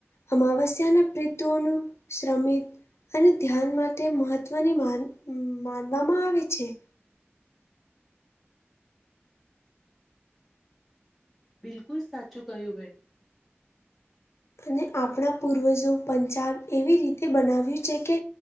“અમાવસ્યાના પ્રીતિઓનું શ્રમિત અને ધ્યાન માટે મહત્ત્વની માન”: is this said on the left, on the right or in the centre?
Left